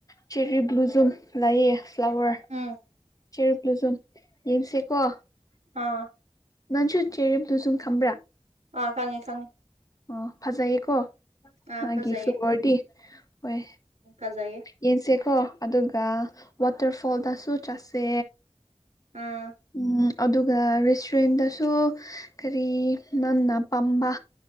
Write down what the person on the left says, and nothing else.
ꯆꯦꯔꯤ ꯕꯂꯨꯖꯨꯝ ꯂꯩꯌꯦ ꯐ꯭ꯂꯥꯋꯔ
ꯆꯦꯔꯤ ꯕꯂꯨꯖꯨꯝ ꯌꯦꯡꯁꯦꯀꯣ
ꯅꯪꯁꯨ ꯆꯦꯔꯤ ꯕꯂꯨꯖꯨꯝ ꯈꯪꯕꯔ
ꯑꯣ ꯐꯖꯩꯌꯦꯀꯣ
ꯃꯥꯒꯤ
ꯐꯂꯋꯔꯗꯤ ꯍꯣꯏ
ꯌꯦꯡꯁꯦꯀꯣ ꯑꯗꯨꯒ ꯋꯥꯇꯔꯐꯣꯜꯗꯁꯨ ꯆꯠꯁꯦ
ꯎꯝ ꯑꯗꯨꯒ ꯔꯦꯁꯇꯨꯔꯦꯟꯗꯁꯨ ꯀꯔꯤ ꯅꯪꯅ ꯄꯥꯝꯕ